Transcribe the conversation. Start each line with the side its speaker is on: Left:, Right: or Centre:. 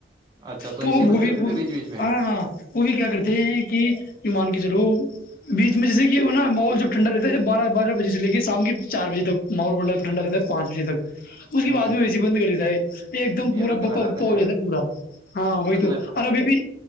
Right: اچھا
Left: تو
Right: اے سی
Left: وہ
Right: بند
Left: بھی
Right: کر دیتے
Left: وہ
Right: بیچ بیچ میں
Left: ہاں ہاں وہ بھی کیا کرتے ہیں کہ ایمان کی چرو بیچ میں جیسے کہ نا ماحول جو ٹھڈا رہتا ہے بارہ بہ بج سے لے کے شام کے چار بجےک ماحولنڈ ٹھڈا رہتا ہےانچ بجے تک اس کے
Right: ہوں
Left: بعد میں و سی بند کر دیتا ہے یہ ایک دم پورا
Right: تو غلط
Left: پا پا
Right: آتا
Left: ہو
Right: تھا یار
Left: جاتا ہے پورا ہاں
Right: یہ
Left: وہی
Right: غلط
Left: تو اور
Right: آتا
Left: ابھی
Right: تھا
Left: بھی